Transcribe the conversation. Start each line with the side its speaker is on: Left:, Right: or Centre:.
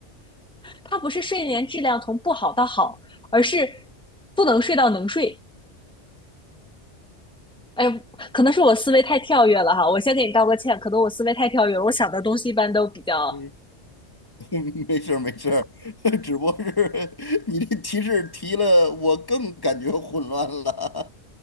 Centre: 它不是睡眠质量从不好到好，而是不能睡到能睡。哎，可能是我思维太跳跃了哈，我先给你道个歉，可能我思维太跳跃了，我想的东西一般都比较，
Left: 嗯 <laughs> 没事儿没事儿，<laughs> 只不过是 <laughs> 你这提示提了，我更感觉混乱了。